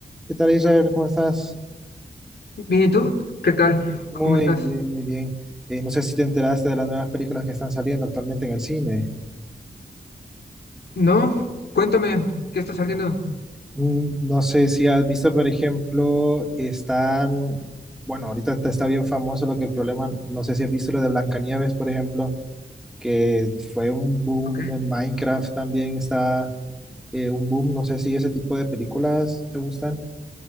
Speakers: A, in the centre; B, on the left (about 80°).
A: ¿Qué tal, Israel? ¿Cómo estás?
B: Bien, ¿y tú? ¿Qué tal?
A: Muy
B: ¿Cómo estás?
A: bien, muy bien. Eh, no sé si te enteraste de las nuevas películas que están saliendo actualmente en el cine.
B: No, cuéntame, ¿qué está saliendo?
A: Mm, No sé si has visto, por ejemplo, están, bueno, ahorita te está bien famoso lo que el problema, no sé si has visto lo de Blancanieves, por ejemplo, que fue un boom
B: Ok.
A: en Minecraft también está eh, un boom. No sé si ese tipo de películas te gustan.